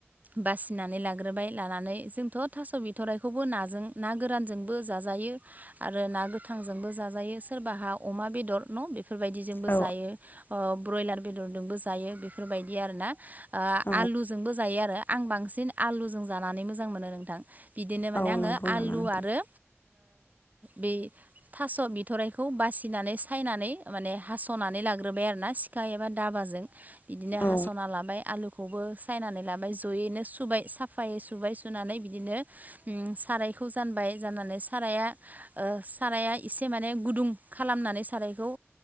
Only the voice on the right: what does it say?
बासिनानै लाग्रोबाय लानानै जोंथ' थास' बिथ'रायखौबो नाजों ना गोरानजोंबो जाजा यो आरो ना गोथां जोंबो जाजायो सारबाहा अमा बेदर ना बेफोर बायदिजोंबो
जायो ब्रयलार बेदरदोंबो जायो बेफोरबायदि आरो ना।
आलुजोंबो जायो आरो आं बांसिन आलुजों जानानै मोजां मोनो नोंथां। बिदिनो माने
आङो
आलु
आरो। बे थास' बिथ'राइखौ बासिनानै सायनानै माने हास'नानै लाग्रोबाय आरोना सिखा एबा दाबाजों बिदिनो
हास'ना लाबाय आलुखौ खौबो सायनानै लाबाय जयैनो सुबाय साफायै सुबाय सुनानै बिदिनो साराय खौ जानबाय जाननानै साराया साराया एसे माने गुदुं खालामनानै सारायखौ